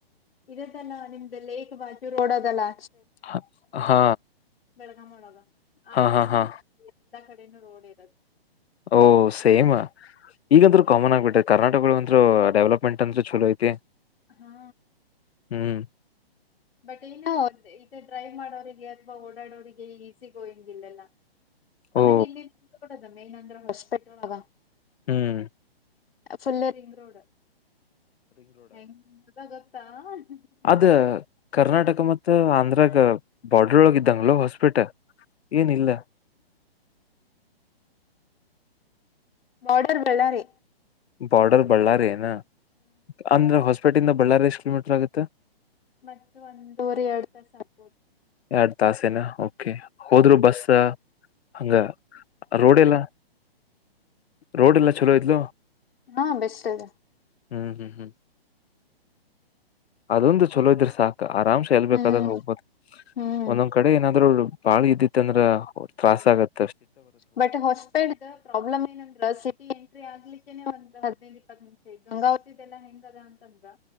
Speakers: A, on the left (about 70°); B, on the left (about 85°).
A: ಇದಲ್ಲ ನಿಮ್ದ ಲೇಕ್ ಬಾಜು ರೋಡ ಅದಲ್ಲಾ.
B: ಹ ಹಾ.
A: <unintelligible> ಆ
B: ಹಾ
A: ತರನೇ
B: ಹಾ ಹಾ
A: <unintelligible> ಎಲ್ಲ ಕಡೆನೂ ರೋಡ್ ಇರದು.
B: ಓಹ ಸೇಮ ಈಗಂದ್ರು ಕಾಮನ್ ಆಗ್ಬಿಟ್ಟೖತ್ ಕರ್ನಾಟಗಳು ಅಂದ್ರೂ ಡೆವಲಪ್ಮೆಂಟ್ ಅಂದ್ರೂ ಚಲೋ ಐತಿ.
A: ಹಾ
B: ಹ್ಮ್
A: ಬಟ್ ಏನೋ ಇದೇ ಡ್ರೈವ್ ಮಾಡೋರಿಗೆ ಅಥವಾ ಓಡಾಡೋರಿಗೆ ಈಸಿ ಗೋಯಿಂಗಿಲ್ಲಲ್ಲ. ಆಮೇಲೆಲ್ಲಿ
B: ಓ
A: <unintelligible> ಮೇನ್ ಅಂದ್ರೆ <unintelligible>
B: ಹ್ಮ್
A: ಫುಲ್ ರಿಂಗ್ ರೋಡ್. ಹೆಂಗ <unintelligible> ತಾಲ್
B: ಅದು ಕರ್ನಾಟಕ ಮ ತ್ತು ಆಂಧ್ರಾಗ ಬಾರ್ಡ್ರೊಳಗೆ ಇದಂಗ್ಲ ಹೊಸ್ ಪ್ಪಿಟ ಏನಿಲ್ಲ.
A: ಬಾರ್ಡರ್ ಬಳ್ಳಾರಿ.
B: ಬಾರ್ಡರ್ ಬಳ್ಳಾರಿ ಏನಾ? ಅಂದ್ರ ಹೊಸ್ ಪೇಟಿಂದ ಬಳ್ಳಾರಿ ಎಷ್ಟು ಕಿಲೋಮೀಟರ್ ಆಗುತ್ತೆ.
A: ಮತ್ತು ಒಂದವರೆ ಎರಡ್ ತಾಸಾಗ್ಬೋದು.
B: ಎರಡು ತಾಸೇನಾ ಓಕೆ ಹೋದ್ರು ಬಸ್ಸ ಹಂಗ ರೋಡೆಲ್ಲ. ರೋಡೆಲ್ಲ ಚಲೋ ಇದ್ಲು.
A: ಹಾ ಬೆಸ್ಟ್ ಅದ.
B: ಹ್ಮ್ ಹ್ಮ್ ಹ್ಮ್ ಅದೊಂದು ಚಲೋ ಇದ್ರ ಸಾಕ್. ಕ ಆರಾಮ್ಸೆ ಎಲ್ಬೇಕಾದ್ರು
A: ಹ್ಮ್
B: ಹೋಗ್ಬೋದು
A: ಹ್ಮ್
B: ಒಂದೊಂದ್ ಕಡೆ ಏನಾದ್ರೂ ಬಾಳ ಇದ್ದಿತ್ ಅಂದ್ರ ತ್ರಾಸಾಗತ್ತ್.
A: ಬಟ್ ಹೊಸಪೇಟ್ದು ಪ್ರಾಬ್ಲಮ್ ಏನಂದ್ರ ಸಿಟಿ ಎಂಟ್ರಿ ಆಗ್ಲಿ ಟಿನೆ ಒಂದು ಹದ್ನೈದು ಇಪ್ಪತ್ತು ನಿಮಿಷ ಈ ಗಂಗಾವತಿದೆಲ್ಲ ಹೆಂಗದ?